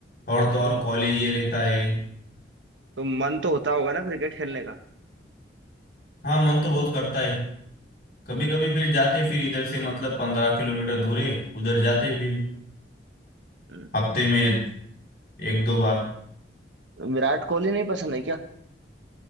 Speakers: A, on the left; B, on the right.
A: और तो और
B: तो,
A: कॉलेज ये रहता है
B: तो मन तो होता होगा ना क्रिकेट खेलने का
A: हाँ मन तो बहुत करता है कभी
B: हम्म
A: कभी फिर जाते फिर इधर से मतलब पंद्रह किलोमीटर दूर है उधर जाते फिर
B: हम्म।
A: हफ्ते में एक दो बार
B: विराट कोहली नहीं पसंद है क्या